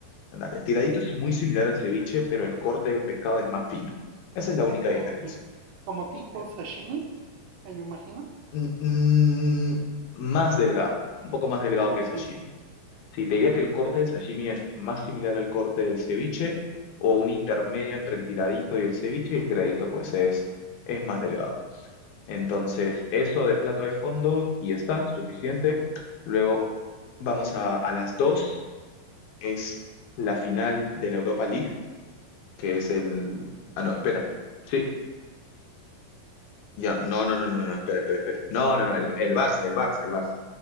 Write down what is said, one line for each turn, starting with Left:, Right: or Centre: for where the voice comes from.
Left: Ándale, el tiradito es muy similar al ceviche, pero el corte del pescado es más fino. Esa es la única
Right: Ok.
Left: diferencia.
Right: Como tipo
Left: Eh,
Right: sashimi, me lo imagino.
Left: mm, mm, más delgado, un poco más delgado
Right: Ok.
Left: que el sashimi. Sí, te diría que el corte del sashimi es más similar al corte del ceviche o un intermedio entre el tiradito y el ceviche, y el tiradito pues es, es más delgado. Entonces, eso de plato de fondo y ya está, suficiente. Luego vamos a, a las 2 es la final de la Europa League, que es el... Ah, no, esperan. Sí, ya, no, no, no, no, no, espera, espera, espera. No, no, no, el, el Barça, el Barça, el Barça.